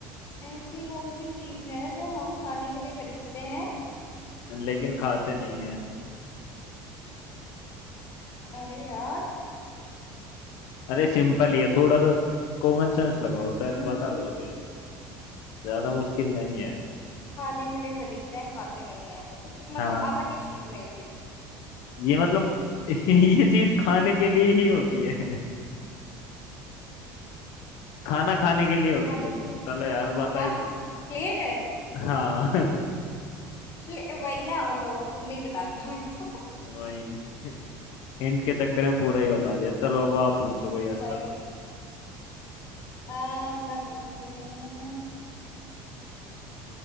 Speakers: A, on the left (about 45°); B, on the left (about 70°).
A: ऐसी कौन सी चीज है जो हम खाने के लिए खरीदते हैं
B: लेकिन खाते नहीं है
A: अरे यार
B: अरे सिंपल ही है थोड़ा सा कॉमन सेंस लगाओ शायद
A: हम्म
B: बता दोगे ज्यादा मुश्किल नहीं है
A: खाने के लिए खरीदते हैं खाते नहीं है कुछ मतलब
B: हाँ
A: आता किस चीज में है ये
B: ये मतलब <laughs> ये चीज खाने के लिए ही होती है खाना खाने के लिए होती
A: खाने
B: है चलो
A: के
B: यार बता
A: खाना
B: ही दिया
A: प्लेट है।
B: हाँ <laughs>
A: प्ले, वही ना लो तुमने ही बता दिया मेरे
B: वही हिंट के चक्कर में पूरा ही बता दिया चलो अब आप पूछो कोई
A: को
B: अच्छा
A: वही
B: सा
A: आ, मैं पूछती हूँ